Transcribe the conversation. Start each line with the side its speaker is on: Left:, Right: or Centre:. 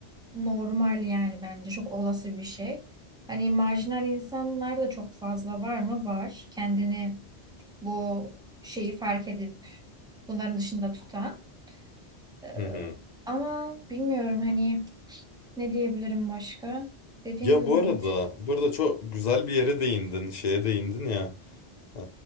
Centre: normal yani bence çok olası bir şey. Hani marjinal insanlar da çok fazla var mı? Var. Kendini bu şeyi fark edip bunların dışında tutan. Ee,
Left: Hı hı.
Centre: ama bilmiyorum hani ne diyebilirim başka? Dediğim
Left: Ya
Centre: gibi
Left: bu
Centre: bu
Left: arada, bu arada çok güzel bir yere değindin, şeye değindin ya. Ee,